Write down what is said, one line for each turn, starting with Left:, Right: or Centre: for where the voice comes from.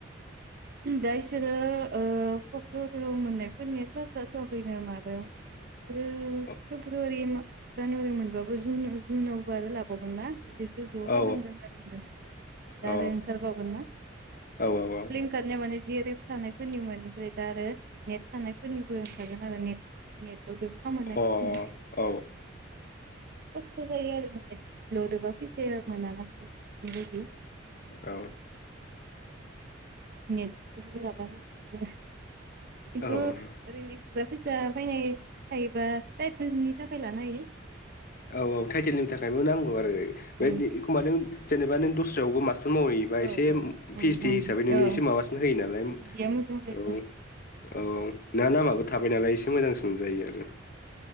Right: दा इसोरो ओ फक्लरआव मोननायफोरनिया क्लास जाथ'खैनो माबायाव इसोरो
Left: औ
Right: फेब्रुवारि मा जानुवारि मोनबाबो जुन जुनावबो आरो लाबावगोन ना बिदि ज'
Left: औ
Right: खालामगोन होनना बुंदो। दा
Left: औ
Right: आरो ओंखारबावगोन ना।
Left: औ औ औ।
Right: तारमाने माने जि आर एफ थानायफोरनिमोन ओमफ्राय दा आरो नेट थानायफोरनिबो ओंखारो नालाय नेट नेटवर्कदो सम मोननाय खिसुमान।
Left: औ औ
Right: खस्थ' जायो आरो नेट लदोबा फैसाया मोनाना <unintelligible> बेबायदि।
Left: औ
Right: नेटजों लाबा लस्त जायो खिन्थु
Left: औ
Right: ओरैनो एक्सट्रा फैसा फैनाय थायोबा टाइटेलनि थाखाय लानो हायो।
Left: औ टाइटेलनि थाखायबो नांगौ आरो
Right: उम
Left: बे एखमबा नों जेनबा नों दस्रायावबो मास्त मावहैयोबा
Right: औ
Left: एसे पी
Right: उम
Left: एच डी
Right: उम
Left: हिसाबै नोंनो
Right: औ
Left: एसे माबासिन होयो नालाय
Right: बिदिया मोजां जायो
Left: औ औ ना नामाबो थाबाय नालाय एसे मोजांसिन जायो आरो